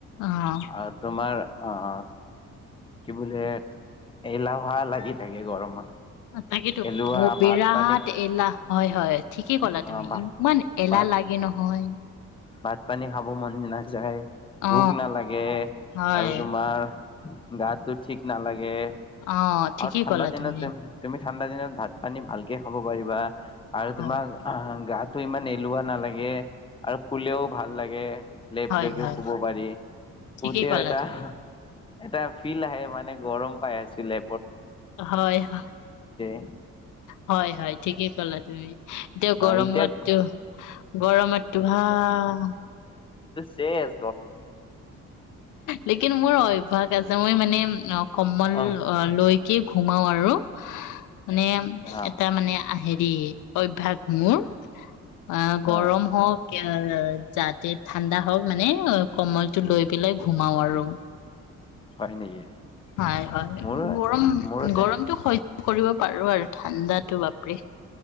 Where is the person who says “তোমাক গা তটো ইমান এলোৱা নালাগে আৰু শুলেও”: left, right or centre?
Left